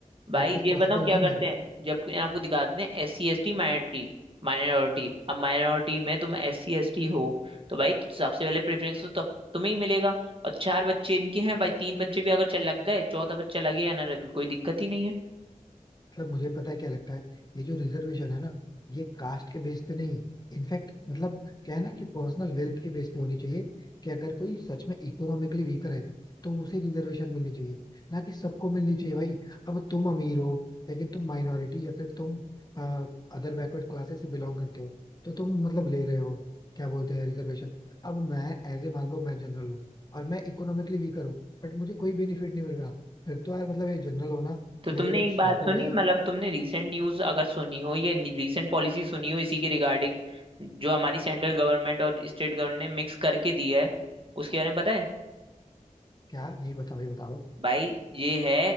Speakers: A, on the right (about 40°); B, on the left (about 30°).
A: भाई
B: ये चीज
A: ये
B: पॉसिबल
A: बताऊं क्या
B: नहीं
A: करते
B: है
A: हैं जब कोई आपको दिखा देते हैं S C S T minority Minority अब माइनॉरिटी में तुम एस सी एस टी हो तो भाई सबसे पहले प्रेफरेंस तो तब तुम्हें ही मिलेगा और चार बच्चे इनके हैं
B: एग्जैक्टली
A: भाई तीन बच्चे भी अगर चल लग गए चौथा बच्चा लगे या ना लगे कोई दिक्कत ही नहीं है
B: मतलब मुझे पता है क्या लगता है ये जो रिजर्वेशन है ना ये कास्ट के बेस पे नहीं इनफैक्ट मतलब क्या है ना कि पर्सनल वेल्थ के बेस पे होनी चाहिए कि अगर कोई सच में इकोनॉमिकली वीकर है तो उसे रिजर्वेशन मिलनी चाहिए ना कि सबको मिलनी चाहिए भाई अब तुम अमीर हो लेकिन तुम माइनॉरिटी या फिर तुम अदर बैकवर्ड क्लासेस से बिलोंग करते हो तो तुम मतलब ले रहे हो क्या बोलते हैं रिजर्वेशन अब मैं एज ए मान लो मैं जनरल हूँ और मैं इकोनॉमिकली वीकर हूँ बट मुझे कोई बेनिफिट नहीं मिल रहा फिर तो यार मतलब ये जनरल होना
A: तो तुमने
B: मेरे लिए एक
A: एक
B: श्राप
A: बात सुनी
B: हो गया
A: मतलब तुमने रीसेंट न्यूज अगर सुनी हो या रीसेंट पॉलिसी सुनी हो इसी के रिगार्डिंग जो हमारी सेंट्रल गवर्नमेंट और स्टेट गवर्नमेंट ने मिक्स करके दी है उसके बारे में पता है
B: क्या नहीं बताओ ये बताओ
A: भाई ये है